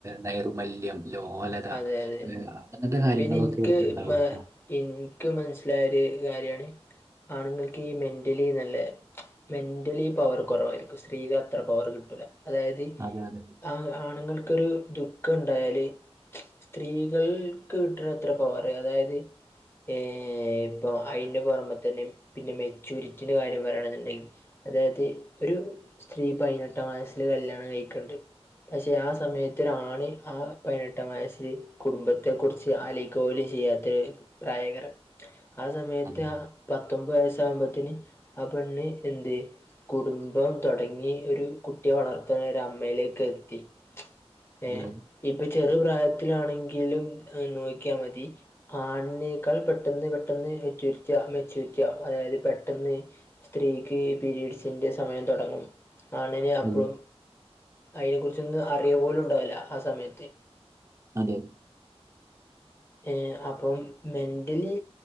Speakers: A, on the right; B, on the left.
A: നൈർമ്മല്യം ലോലത
B: അതെ അതെ
A: അങ്ങനത്തെ കാര്യങ്ങളൊക്കെ
B: പിന്നെ എനിക്ക്
A: ഉണ്ടാവും
B: മ എനിക്ക് മനസ്സിലായ കാര്യമാണ് ആണുങ്ങൾക്ക് ഈ മെന്റലി നല്ല മെൻ്റലി പവർ കുറവായിരിക്കും സ്ത്രീക്ക് അത്ര പവർ കിട്ടൂല്ല അതായത്
A: അതെ അതെ
B: ആ ആണുങ്ങൾക്കൊരു ദുഃഖം ഉണ്ടായാല് സ്ത്രീകൾക്ക് കിട്ടണ അത്ര പവറ അതായത് ഏ ഇപ്പം അതിന്റെ പുറമെ തന്നെ പിന്നെ മെച്യൂരിറ്റീൻ്റെ കാര്യം പറയണെന്നുണ്ടെങ്കിൽ അതായത് ഒരു സ്ത്രീ പതിനെട്ടാം വയസിൽ കല്യാണം കഴിക്കണ്ട് പക്ഷെ ആ സമയത്തിനാണ് ആ പതിനെ നെട്ടാം വയസില് കുടുംബത്തെ കുറിച്ച് ആലോചിക്ക പോലും ചെയ്യാത്തരു പ്രായകരം ആ സമയത്ത്
A: അതെ
B: ആ പത്തൊമ്പത് വയസ്സ ആവ്മ്പോത്ത്ന് ആ പെണ്ണ് എന്ത് കുടുംബം തൊടങ്ങി ഒരു കുട്ടിയെ വളർത്ത്ണ ഒരു അമ്മയിലേക്ക് എത്തി
A: അതെ
B: ഏ ഇപ്പൊ ചെറു പ്രായത്തിലാണെങ്കിലും നോക്കിയാ മതി ആൺനെ ക്കാൾ പെട്ടെന്ന് പെട്ടെന്ന് മെചൂര്റ്റി ആ മെചൂര്റ്റി ആവും അതായത് പെട്ടെന്ന് സ്ത്രീക്ക് പീരീഡ്സിൻ്റെ സമയം തോട്ങ്ങും ആണിന് അപ്പഴും
A: അതെ
B: അഴിനെ കുർച്ചൊന്നും അറിയ പോലും ഉണ്ടാവില്ല ആ സമയത്ത്
A: അതെ
B: ഏ അപ്പം മെന്റലി